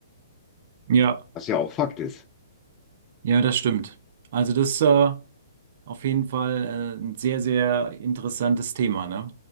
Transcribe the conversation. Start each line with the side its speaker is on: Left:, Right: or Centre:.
Right: Ja,
Left: was ja auch Fakt ist.
Right: ja, das stimmt. Also das, äh, Auf jeden Fall äh, ein sehr, sehr interessantes Thema, ne?